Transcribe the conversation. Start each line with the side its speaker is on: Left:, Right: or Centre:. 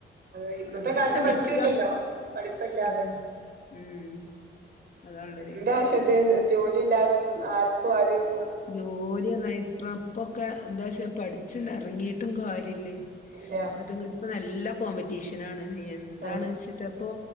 Right: അതെ ഇന്നത്തെ
Left: നമുക്ക്
Right: കാലത്ത്
Left: ശ്രമിക്ക
Right: പറ്റൂല്ലല്ലോ പഠിപ്പില്ലത്
Left: ഉം ഉം അതാള്ളതേ
Right: എന്താ ആശ്യത്തിന് ജോലിയില്ലാതെ ആർക്കും ആരെയ്യും
Left: ജോലിയന്നാ ഇപ്പം ഇപ്പൊക്കെ എന്താ വച്ച പഠിച്ചി ന്നെറാങ്ങിയിട്ടും കാര്യഇല്ലേ
Right: ഇല്ല
Left: അതുകടുപ്പ നല്ല നല്ല കോമ്പറ്റീഷൻ ആണ് എന്താണ്
Right: ആന്ന്
Left: വെച്ചിട്ടപ്പൊ